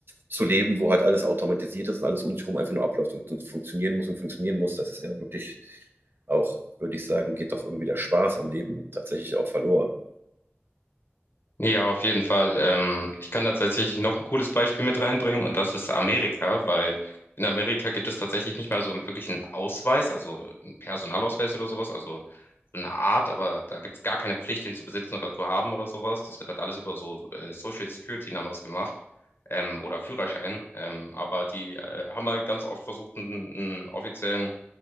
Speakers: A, on the right (about 50°); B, on the left (about 55°).
A: zu leben, wo halt alles automatisiert ist und alles um dich herum einfach nur abläuft und, und funktionieren muss und funktionieren muss. Das ist ja wirklich auch, würde ich sagen, geht doch irgendwie der Spaß am Leben tatsächlich auch verloren.
B: Ja, auf jeden Fall. Ähm, ich kann da tatsächlich noch ein cooles Beispiel mit reinbringen und das ist Amerika, weil in Amerika gibt es tatsächlich nicht mal so wirklich einen wirklichen Ausweis, also einen Personalausweis oder sowas, also so eine Art, aber da gibt es gar keine Pflicht, den zu besitzen oder zu haben oder sowas. Das wird halt alles über so äh, Social Security Numbers gemacht ähm, oder Führerschein. Ähm, aber die äh, haben halt ganz oft versucht, einen, einen offiziellen